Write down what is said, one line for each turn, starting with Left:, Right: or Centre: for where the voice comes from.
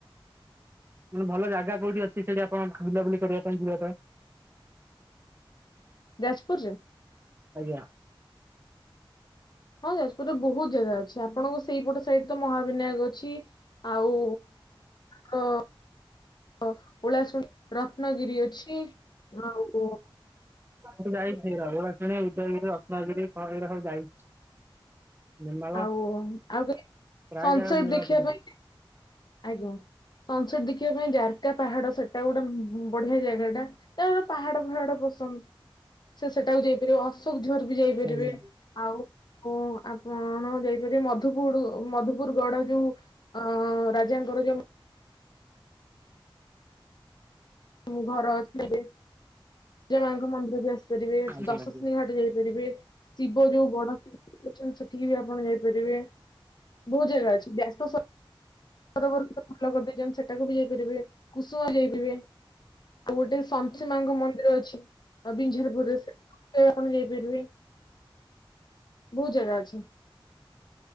Right: ମାନେ ଭଲ ଜାଗା କୋଉଠି ଅଛି ସେଠି ଆପଣଙ୍କ ସେଠି ବୁଲାବୁଲି କରିବା ପାଇଁ ଯିବା ପାଇଁ।
Left: ଯାଜପୁରରେ।
Right: ଆଜ୍ଞା।
Left: ହଁ ଯାଜପୁରରେ ବହୁତ ଜାଗା ଅଛି ଆପଣଙ୍କ ସେଇପଟ ସାଇଡତ ମହାବିନାୟକ ଅଛି। ଆଉ ହଁ ଉଳାଶୁଣି ରତ୍ନଗିରି ଅଛି ଆଉ
Right: ମୁ ଯାଇଛି ଲବଣଗିରି, ଉଦୟଗିରି, ରତ୍ନଗିରି ଏଇରା ସବୁ ଯାଇଛି। ନେମାଳ
Left: ଆଉ ଆଉ
Right: ପ୍ରାୟ
Left: ସନସେଟ
Right: ଜାଗା ମୁଁ
Left: ଦେଖିବା ପାଇଁ
Right: <inaudible>
Left: ଆଜ୍ଞା ସନସେଟ ଦେଖି ଦେଖିବା ପାଇଁ ଜାରକା ପାହାଡ ସେଟା ଗୋଟେ ବଢିଆ ଜାଗାଟା ତ ଯାହାର ପାହାଡ ଫାହାଡ ପସନ୍ଦ। ସେ ସେଟାକୁ ଯାଇପାରିବ ଅଶୋକଝରବି ଯାଇପାରିବେ।
Right: ଆଜ୍ଞା
Left: ଆଉ କଣ ଆପଣ ଯାଇପାରିବେ ମଧୁପୁର, ମଧୁପୁର ଗଡ ଯୋଉ ଅ ରାଜାଙ୍କର ଯୋଉ ମୁଁ ଘର <unintelligible> ବିରଜା ମାଙ୍କ ମନ୍ଦିର ବି ଆସ ପାରିବେ
Right: ଆଜ୍ଞା
Left: ଦଶଶିନାହିଟି
Right: ଆଜ୍ଞା।
Left: ଯାଇପାରିବେ ଶିବ ଯୋଉ ବଡ ସେଠିକି ବି ଆପଣ ଯାଇପାରିବେ ବହୁତ ଜାଗା ଅଛି ବ୍ୟାସ ସ ସରବର ଭଲ କରିଦେଇଛନ୍ତି ସେଟାକୁ ବି ଯାଇପାରିବେ କୁସୁମ ଯାଇପାରିବେ ଆଉ ଗୋଟେ ସନ୍ସୀ ମାଙ୍କ ମନ୍ଦିର ଅଛି ଆଉ ବିଞ୍ଜାରପୁରରେ ସେ ଆପଣ ଯାଇପାରିବେ ବହୁତ ଜାଗା ଅଛି।